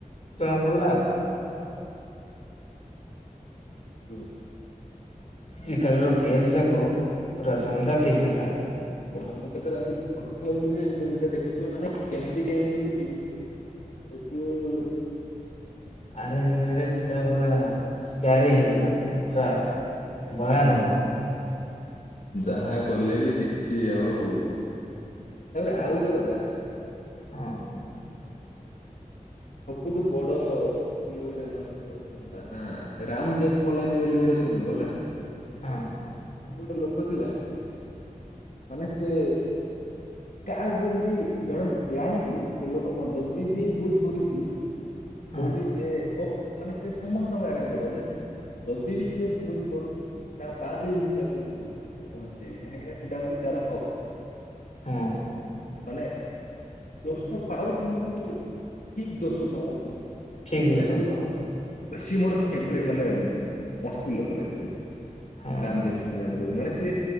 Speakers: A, on the left (about 50°); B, on the left (about 75°).
A: ଜଣା ପଡ଼ିଲା ଆଉ।
B: <unintelligible>
A: ଆଜ କାଲିର କେସ୍ ଯାକ ପୁରା ସାଂଘାତିକ ହେଲାଣି।
B: ହଁ ମୁଁ କେତେବେଳେ ଏମିତି ପଢିଥାଉଛିି ଯେ ମୁଁ ବି ସେ ଦେଖୁଛିିବ ମାନେ କେମିତି କେମିତି ବି ଏବେ
A: ଆରେଞ୍ଜ ମ୍ୟାରେଜେ ଟା ପୁରା ସ୍କାରି ହେଇଗଲାଣି ପୁରା ଭୟାନକ।
B: ହୁଁ। ଯାହା କଲେ ବି କିଛି ଆଉ ତାପରେ
A: ହଁ
B: ଆଉ ଗୋଟେ କଥା।
A: ହଁ।
B: ସବୁଠୁ ବଡ ଥିଲେ ଗୋଟେ ମାନେ ତା ନା ରାମ ଜେଠମଲାନୀ ବୋଲି ଗୋଟେ ସୁଣିବ ହେଲା।
A: ହଁ।
B: ଗୋଟେ ଲୋକ ଥିଲା ମାନେ ସେ କାହାକୁ ଏମିତି ଜଣେ ଜାଣିଛି ସେ ଲୋକ ମ ଯଦି ବି ଭୁଲ୍ କରିଛି।
A: ହଁ
B: କହୁଚି ସିଏ ଓ ମାନେ ସେ ସମସ୍ତଙ୍କ ଆଗରେ କହିବ। ଯେ ଯଦି ବି ସିଏ ଭୁଲ କରୁଚି ତା ବାଦେ ବି ମୁଁ ତାକୁ ବଞ୍ଚେଇବି କାହିଁକି ନା ସେଟା ହଉଚି ତାର ହକ।
A: ହଁ।
B: ମାନେ ଦୋଷ ପାଉ କିନ୍ତୁ ଠିକ ଦୋଷ ପାଉ ବୋଲି।
A: ଠିକ
B: ମାନେ
A: ସତ
B: ସିଏ ମୋର ଫେବ ମାନେ ମସ୍ତ ଲୋକ ଟାଏ ସିଏ ଗୋଟେ।
A: ହଁ
B: ରାମ ଜେଠ ମଲ୍ଲାନୀ କହିବି ମାନେ ସିଏ